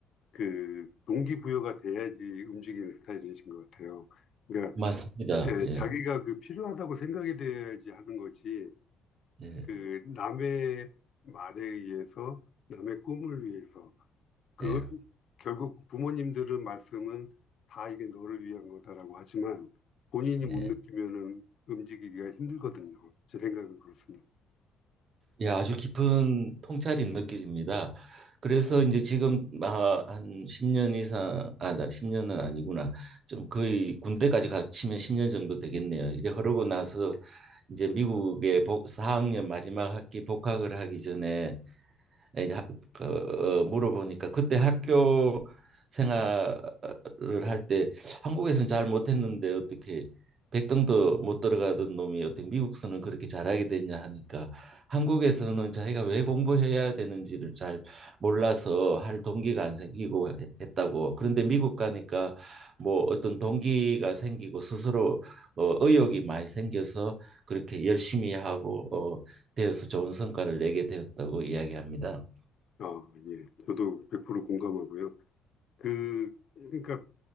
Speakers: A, on the left (about 60°); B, on the right (about 50°).
A: 그 동기부여가 돼야지 움직이는 스타일이신 것 같아요. 그러니까
B: 맞습니다.
A: 예,
B: 예.
A: 자기가 그 필요하다고 생각이 돼야지 하는 거지.
B: 예.
A: 그 남의 말에 의해서, 남의 꿈을 위해서. 그
B: 네,
A: 결국 부모님들은 말씀은 다 이게 너를 위한 거다라고 하지만 본인이
B: 네.
A: 못 느끼면은 움직이기가 힘들거든요. 제 생각은 그렇습니다.
B: 예, 아주 깊은 통찰이 느껴집니다. 그래서 이제 지금 아, 한 10년 이상, 아, 나 십 년은 아니구나. 좀 거의 군대까지 갔치면 10년 정도 되겠네요. 이제 흐르고 나서 이제 미국에 복, 4학년 마지막 학기 복학을 하기 전에 에, 하- 그, 어, 물어보니까 그때 학교 생활을 할 때 한국에서는 잘 못했는데 어떻게 백등도 못 들어가던 놈이 어떻게 미국서는 그렇게 잘하게 됐냐 하니까 한국에서는 자기가 왜 공부해야 되는지를 잘 몰라서 할 동기가 안 생기고 했- 했다고. 그런데 미국 가니까 뭐 어떤 동기가 생기고 스스로 어, 의욕이 많이 생겨서 그렇게 열심히 하고 어, 되어서 좋은 성과를 내게 되었다고 이야기합니다.
A: 어, 예. 저도 100% 공감하고요. 그, 그러니까